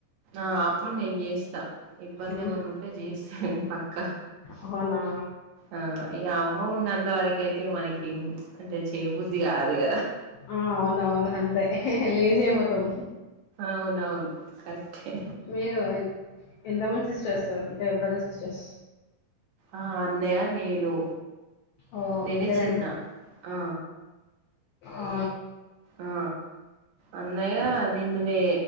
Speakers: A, on the right; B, on the left.
A: ఆ అప్పుడు నేను చేస్తా ఇబ్బంది
B: మ్మ్.
A: ఏమన్నా ఉంటే చేస్తా నేను పక్కా
B: అవునా
A: ఆ ఇగ అమ్మ ఉన్నంతవరకు అయితే మనకి అంటే చేయబుద్ధి కాదు కదా
B: ఆ అవునవును అంతే లేజీ అయిపోతం.
A: అవునవును కరెక్టే
B: మీరు ఎంతమంది సిస్టర్స్ అంటే బ్రదర్ సిస్టర్స్.
A: ఆ అన్నయ్య నేను.
B: ఓ
A: నేనే
B: ఇద్దరేనా
A: చిన్న ఆ
B: ఆ
A: ఆ అన్నయ నిన్ననే